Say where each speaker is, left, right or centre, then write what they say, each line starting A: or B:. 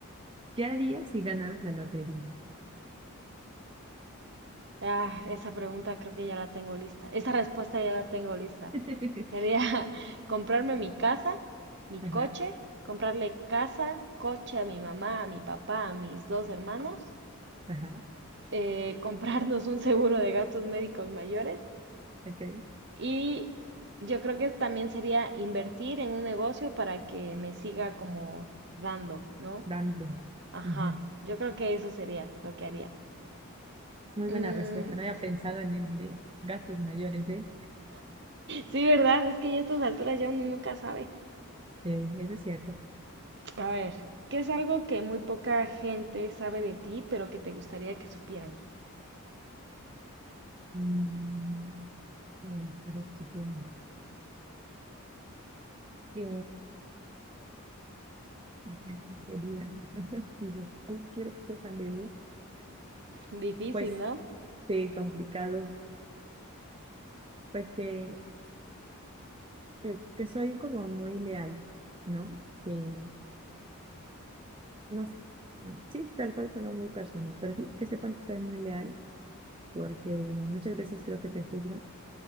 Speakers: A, on the right; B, on the right.
A: ¿Qué harías si ganaras la lotería?
B: Ah, esa pregunta creo que ya la tengo lista. Esa respuesta ya la tengo lista.
A: <laughs>
B: Sería <laughs> comprarme mi casa, mi
A: Ajá,
B: coche, comprarle casa, coche a mi mamá, a mi papá, a mis dos hermanos,
A: ajá,
B: eh, <laughs> comprarnos un seguro de gastos médicos mayores
A: ok,
B: Y yo creo que también sería invertir en un negocio para que me siga como dando, ¿no?
A: random.
B: Ajá,
A: Ujú.
B: yo creo que eso sería lo que haría.
A: Muy buena
B: Mm,
A: respuesta, no había pensado en el de gastos mayores, ¿eh?
B: sí, ¿verdad? Es que ya a estas alturas ya uno nunca sabe.
A: Sí, eso es cierto.
B: A ver, ¿qué es algo que muy poca gente sabe de ti, pero que te gustaría que supieran?
A: Mm, mm, a ver qué tiene. Eh, <laughs> ¿qué sería? <laughs> Sí, yo- ay, quiero que sepan de mí.
B: Difícil,
A: Pues
B: ¿no?
A: sí, complicado. Pues que, que, que soy como muy leal, ¿no? Eh, no sé. Sí, tal cual sonó muy personal, pero sí que sepan que soy muy leal, porque muchas veces creo que te juzgan